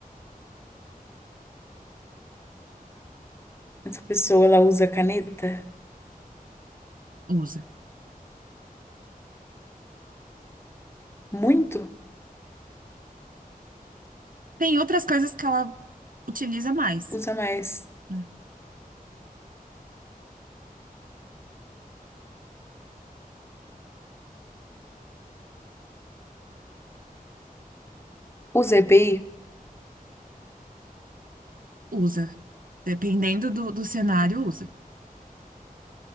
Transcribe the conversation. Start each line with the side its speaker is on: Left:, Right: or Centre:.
Left: Essa pessoa, ela usa caneta?
Right: Usa.
Left: Muito?
Right: Tem outras coisas que ela utiliza mais,
Left: Usa mais.
Right: né?
Left: Usa EPI?
Right: Usa. Dependendo do, do cenário, usa.